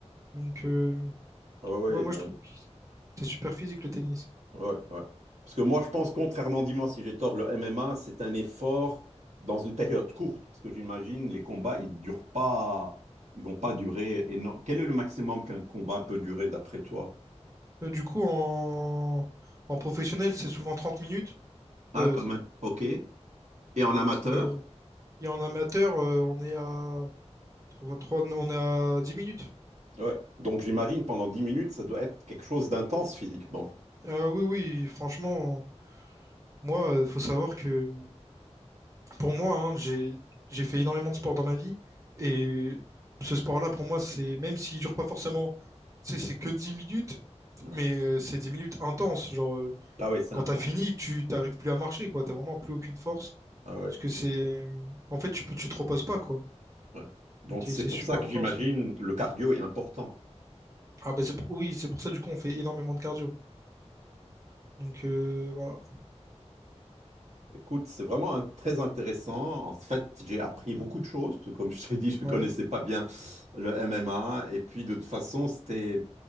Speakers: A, on the right; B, on the right.
A: Donc, euh,
B: Ouais, ouais,
A: ouais, moi,
B: donc.
A: je trouve que c'est super physique le tennis.
B: Ouais, ouais. Parce que moi, je pense, contrairement, dis-moi si j'ai tort, le MMA, c'est un effort dans une période courte. Parce que j'imagine, les combats, ils durent pas, ils vont pas durer énorme. Quel est le maximum qu'un combat peut durer d'après toi?
A: Euh, du coup, en, en professionnel, c'est souvent 30 minutes.
B: Ah,
A: Euh,
B: quand même. OK. Et en amateur?
A: euh, et en amateur, euh, on est à trois- on est à dix minutes.
B: Ouais. Donc, j'imagine, pendant 10 minutes, ça doit être quelque chose d'intense physiquement.
A: Ah oui, oui, franchement, moi, il faut savoir que Pour moi, hein, j'ai j'ai fait énormément de sport dans ma vie et ce sport-là, pour moi, c'est même s'il dure pas forcément, tu sais, c'est que 10 minutes,
B: Ouais.
A: mais euh, c'est 10 minutes intenses. Genre, euh,
B: Ah ouais, c'est
A: quand
B: intense.
A: t'as fini, tu t'arrives plus à marcher, quoi. T'as vraiment plus aucune force
B: Ah ouais,
A: parce que c'est, en fait, tu peux- tu te reposes pas, quoi.
B: ouais. Donc,
A: Donc
B: c'est
A: et c'est
B: pour
A: super
B: ça que
A: intense.
B: j'imagine,
A: ouais.
B: le cardio est important.
A: Ah ben c'est pour... oui, c'est pour ça du coup on fait énormément de cardio. Donc euh, voilà.
B: Écoute, c'est vraiment un- très intéressant. En fait, j'ai appris
A: Mm.
B: beaucoup de choses, parce que comme je t'ai dit, je ne
A: Ouais,
B: connaissais pas bien le MMA. Et puis, de toute façon, c'était